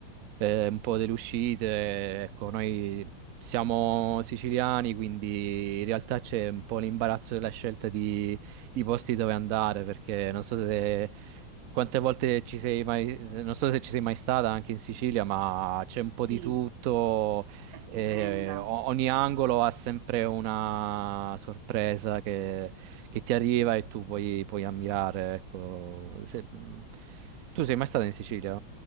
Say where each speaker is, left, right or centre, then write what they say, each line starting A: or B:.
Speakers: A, on the right; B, on the right.
A: eh, un po' delle uscite. Ecco, noi siamo siciliani, quindi in realtà c'è un po' l'imbarazzo della scelta di, di posti dove andare, perché non so se quante volte ci sei mai, non so se ci sei mai stata anche in Sicilia, ma c'è un po' di
B: Sì,
A: tutto.
B: è stupenda.
A: E o- ogni angolo ha sempre una sorpresa che, che ti arriva e tu puoi, puoi ammirare, ecco. Se- tu sei mai stata in Sicilia?